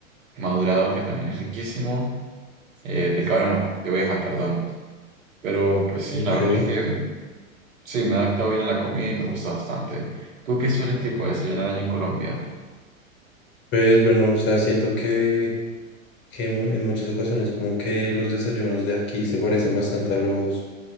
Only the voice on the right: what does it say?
madurado, que también es riquísimo. Eh, de cabra no, de oveja, perdón. Pero pues sí,
la verdad es que sí, me he adaptado bien a la comida y me gusta bastante. ¿Tú qué sueles tipo desayunar allá en Colombia?